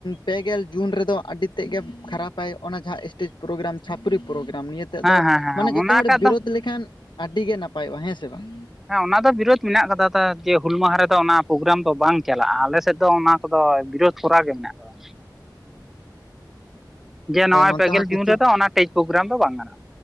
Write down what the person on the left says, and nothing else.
ᱯᱮᱜᱮᱞ ᱡᱩᱱ ᱨᱮᱫᱚ ᱟᱹᱰᱤ ᱛᱮᱫ ᱜᱮ ᱠᱷᱟᱨᱟᱯᱟᱭ ᱚᱱᱟ ᱡᱟᱦᱟᱸ ᱮᱥᱴᱮᱡᱽ ᱯᱨᱳᱜᱨᱟᱢ ᱪᱷᱟᱹᱯᱨᱤ ᱯᱨᱳᱜᱨᱟᱢ ᱱᱤᱭᱟᱹ ᱛᱮᱜ
ᱫᱚ
ᱢᱟᱱᱮ ᱡᱚᱛᱚ
ᱦᱚᱲ ᱵᱤᱨᱳᱫ
ᱞᱮᱠᱷᱟᱱ ᱟᱹᱰᱤ ᱜᱮ ᱱᱟᱯᱟᱭᱚᱜᱼᱟ ᱦᱮᱸ ᱥᱮ ᱵᱟᱝ?
ᱦᱮᱸ ᱱᱚᱛᱮ
ᱦᱚᱸ ᱠᱤᱪᱷᱩ